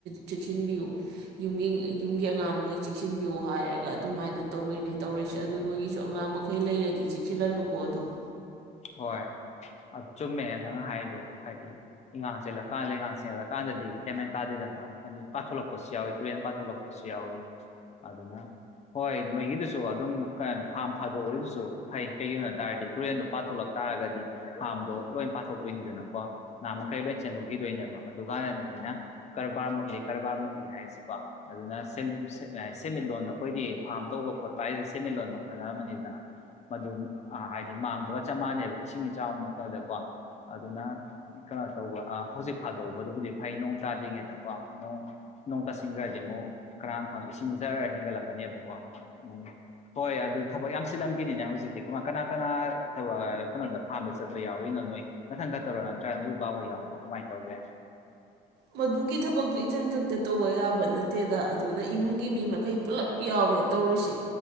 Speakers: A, on the right (about 80°); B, on the left (about 40°).
A: ꯆꯦꯛꯁꯤꯟꯕꯤꯌꯨ ꯌꯨꯝꯒꯤ ꯌꯨꯝꯒꯤ ꯑꯉꯥꯡ ꯃꯈꯩ ꯆꯦꯛꯁꯤꯟꯕꯤꯌꯣ ꯍꯥꯏꯔꯒ ꯑꯗꯨꯃꯥꯏꯅ ꯇꯧꯔꯤꯅꯦ ꯇꯧꯔꯤꯁꯦ ꯑꯗꯨ ꯅꯣꯏꯒꯤꯁꯨ ꯑꯉꯥꯡ ꯃꯈꯩ ꯂꯩꯔꯗꯤ ꯆꯦꯛꯁꯤꯜꯍꯜꯂꯨꯀꯣ ꯑꯗꯨꯗꯣ
B: ꯍꯣꯏ ꯑꯗꯨ ꯆꯨꯝꯃꯦ ꯅꯪ ꯍꯥꯏꯗꯣ ꯍꯥꯏꯗꯤ ꯏꯉꯥꯡ ꯆꯦꯜꯂꯀꯥꯟꯗꯉꯥꯡ ꯆꯦꯜꯂꯀꯥꯟꯗꯗꯤ ꯀꯩꯃꯦꯟ ꯇꯥꯗꯦꯗꯅ ꯑꯗꯨ ꯄꯥꯊꯣꯛꯂꯛꯄꯁꯨ ꯌꯥꯎꯏꯤ ꯇꯨꯔꯦꯟ ꯄꯥꯊꯣꯛꯂꯛꯄꯁꯨ ꯌꯥꯎꯏ ꯑꯗꯨꯅ ꯍꯣꯏ ꯅꯣꯏꯒꯤꯗꯨꯁꯨ ꯑꯗꯨꯝ ꯀꯩꯅ ꯐꯥꯝ ꯐꯥꯗꯣꯛꯎꯔꯤꯗꯨꯁꯨ ꯐꯩ ꯀꯩꯒꯤꯅꯣ ꯍꯥꯏ ꯇꯔꯗꯤ ꯇꯨꯔꯦꯟꯗꯣ ꯄꯥꯊꯣꯛꯂꯛ ꯇꯥꯔꯒꯗꯤ ꯐꯥꯔꯝꯗꯣ ꯂꯣꯏ ꯄꯥꯊꯣꯛꯇꯣꯏꯅꯤꯗꯅꯀꯣ ꯉꯍ ꯃꯈꯩ ꯂꯣꯏ ꯆꯦꯟꯊꯣꯛꯈꯤꯗꯣꯏꯅꯦꯕ ꯑꯗꯨꯀꯥꯟꯗꯅꯦ ꯃꯤꯅ ꯀꯔꯕꯥꯔ ꯃꯨꯠꯂꯤ ꯀꯔꯕꯥꯔ ꯃꯨꯠꯂꯤ ꯍꯥꯏꯁꯤꯀꯣ ꯑꯗꯨꯅ ꯁꯦꯟꯃꯤꯠꯂꯣꯟꯗ ꯑꯩꯈꯣꯏꯗꯤ ꯐꯥꯔꯝ ꯇꯧꯕ ꯈꯣꯠꯄ ꯍꯥꯏꯁꯤ ꯁꯦꯟꯃꯤꯠꯂꯣꯟ ꯃꯈꯜ ꯑꯃꯅꯤ ꯑꯃꯅꯤꯗꯅ ꯃꯗꯨ ꯍꯥꯏꯗꯤ ꯃꯥꯡꯕ ꯆ ꯃꯥꯟꯅꯦꯕ ꯏꯁꯤꯡ ꯏꯆꯥꯎ ꯃꯛꯇꯗꯀꯣ ꯑꯗꯨꯅ ꯀꯩꯅꯣ ꯇꯧꯕ ꯍꯧꯖꯤꯛ ꯐꯥꯗꯣꯛꯕꯗꯨꯕꯨꯗꯤ ꯐꯩ ꯅꯣꯡ ꯇꯥꯗ꯭ꯔꯤꯉꯩꯗꯀꯣ ꯅꯣꯡ ꯅꯣꯡ ꯇꯥꯁꯤꯟꯈ꯭ꯔꯗꯤ ꯑꯃꯨꯛ ꯀꯔꯥꯡ ꯈꯪꯉꯦ ꯏꯁꯤꯡ ꯖꯔ ꯍꯦꯟꯒꯠꯂꯛꯀꯅꯦꯕꯀꯣ ꯎꯝ ꯍꯣꯏ ꯑꯗꯨ ꯊꯕꯛ ꯌꯥꯝ ꯆꯜꯂꯝꯈꯤꯅꯤꯅꯦ ꯍꯧꯖꯤꯛꯇꯤ ꯀꯃ ꯀꯅꯥ ꯀꯅꯥ ꯊꯕꯛ ꯀꯩꯅꯣꯗ ꯐꯥꯔꯝꯗ ꯆꯠꯄ ꯌꯥꯎꯔꯤꯅꯣ ꯅꯣꯏ ꯅꯊꯪ ꯈꯛꯇꯧꯔꯣ ꯅꯠꯇ꯭ꯔꯥ ꯅꯣꯏ ꯕꯥꯈꯣꯏ ꯌꯥꯎꯕ ꯀꯃꯥꯏꯅ ꯇꯧꯒꯦ
A: ꯃꯗꯨꯒꯤ ꯊꯕꯛꯇꯨ ꯏꯊꯟ ꯈꯛꯇ ꯇꯧꯕ ꯌꯥꯕ ꯅꯠꯇꯦꯗ ꯑꯗꯨꯅ ꯏꯃꯨꯡꯒꯤ ꯃꯤ ꯃꯈꯩ ꯄꯨꯜꯂꯞ ꯌꯥꯎꯔꯦ ꯇꯧꯔꯤꯁꯤꯦ